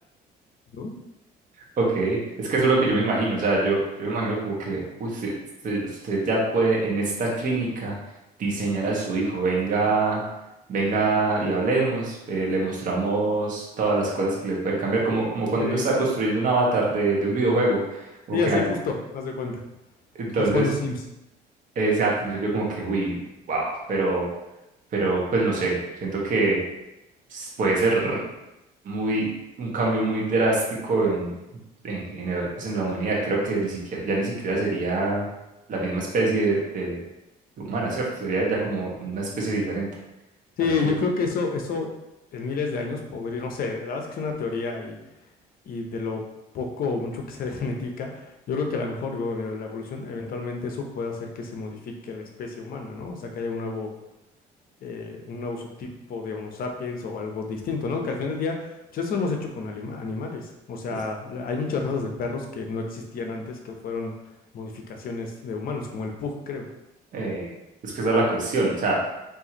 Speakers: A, on the left (about 60°); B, on the right (about 50°).
A: ¿no?
B: Ok, es que eso es lo que yo me imagino, o sea, yo, yo me imagino como que uy, se- se- usted, ya puede en esta clínica diseñar a su hijo, venga, venga y hablemos, eh, le mostramos todas las cosas que le puede cambiar, como, como cuando
A: Sí,
B: uno está construyendo un avatar de, de un videojuego, como
A: sí,
B: que
A: así
B: al-
A: justo, más de cuenta.
B: entonces,
A: Estás jugando Sims.
B: exacto, entonces yo como que, uy, wow, pero, pero pues no sé, siento que pues, puede ser, muy, un cambio muy drástico en, en general, pues en la humanidad. Creo que ni siquiera, ya ni siquiera sería la misma especie de, de- de humana, ¿cierto? Sería ya como una especie diferente
A: Sí,
B: al que
A: yo creo que eso, eso en miles de años podría, no sé, la verdad es que es una teoría y, y de lo poco o mucho que <laughs> sea de genética, yo creo que a lo mejor, bueno, la evolución, eventualmente eso puede hacer que se modifique la especie humana, ¿no? O sea, que haya un nuevo, eh, un nuevo subtipo de Homo sapiens o algo distinto, ¿no? Que al final del día, pues eso hemos hecho con anima- animales. O sea,
B: es,
A: la- hay muchas razas de perros que no existían antes, que fueron modificaciones de humanos, como el pug, creo.
B: eh, es que esa es la cuestión. O sea,